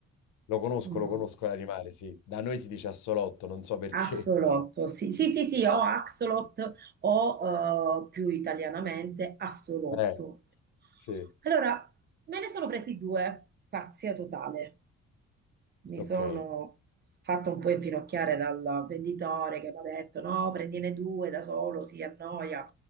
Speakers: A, on the left (about 80°); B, on the right (about 35°).
A: Lo conosco,
B: Mm,
A: lo conosco l'animale, sì. Da noi si dice assolotto, non so perché.
B: Axolotl, sì, sì, sì, sì, o Axolot o eh, più italianamente Assolotto.
A: <laughs> Eh, sì,
B: Allora, me ne sono presi due, pazzia totale. Mi
A: ok.
B: sono fatta un po' infinocchiare dal venditore che mi ha detto no, prendine due da solo, si annoia.